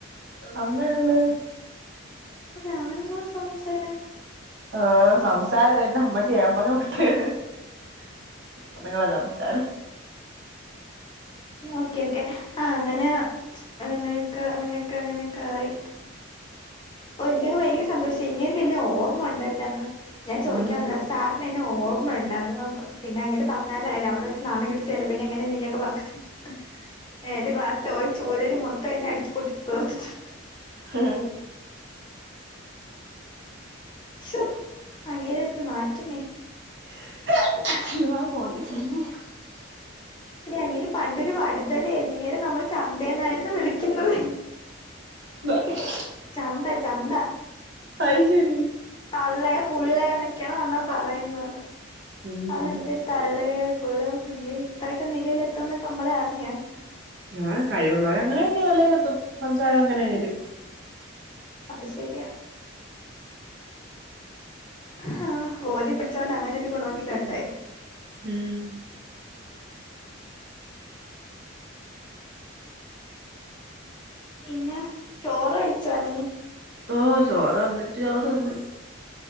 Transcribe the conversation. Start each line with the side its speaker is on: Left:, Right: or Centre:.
Right: അമ്മ ണ്ട്
Left: ഒര് ആണ്ങ്ങളെ സാണ്ട് സ്പോലെ
Right: ആ സംസാര ലേ അമ്മച്ചിയാ <unintelligible> പെണ്ണ്ങ്ങള ചർച്ച
Left: ഓകെ ഓകെ അങ്ങനെ അങ്ങനെ ക്കെ അങ്ങനെക്കെ ങ്ങനെ കെആയി ഒര് ങ്ങപ്പം ഭയക്കര സന്തേ ഷേ നിഇങ്ങേർക്ക് എന്നെ ഓർമ ണ്ടല്ലന്ന് ഞാൻ ചോയിക്കാനിന്നാ
Right: ഉം
Left: സാറിന് എന്നെ ഓ മണ്ടായിന്നേന്ന് പിന്നെ അങ്ങേര് പറഞ്ഞാലൊ അവടെ വെച്ച് നാണം കെടുത്തിയാലേ പിന്നെ എങ്ങനെ നിന്നെ ട്ട് പ <unintelligible> ചൂരല് മൊത്തം ന്നെ അടിച്ച് പൊട്ടിച്ച് തീർത്തിട്ടുണ്ട്
Right: ഹാ
Left: ശോ അങ്ങേരെക്കെ മാറ്റമേ
Right: <unintelligible> <inaudible>
Left: ങ്ങേരെ അനിയൻ പണ്ടെ രു വടു തലേന്നു ഇങ്ങേരെ നമ്മൾ ചന്തെന്നായിരുന്നു വിളിക്കാ ക്കുന്നത്
Right: <unintelligible>
Left: <unintelligible>
Right: അയ്ശരി
Left: തള്ളേം പുള്ളേന്നൊക്കെയാണ് പറയ്ന്നത്
Right: ഉം
Left: അത് എന്തര് തള്ളേ പുള്ളോ അയ്യേ ഇത്രയൊക്കെ നിലയിലെത്തുമെന്നൊക്കെ നമ്മളറിഞ്ഞ്.
Right: ഞാൻ കഴിവുള്ളോല് അങ്ങനെ തന്നെ നെലയിലെത്തും. സംസാരം എങ്ങനെ ആയാലും
Left: അത് ശരിയാ ഹാ ഓതിപ്പഠിച്ചോണ്ട് അങ്ങനൊരു ഗുണമെങ്കിലും ഉണ്ടായി.
Right: ഊം
Left: പിന്നെ ചോറ് കഴിച്ചോ നീ
Right: ഓഹ് ചോറ് വന്നിട്ട് ചോറ് തിന്ന്.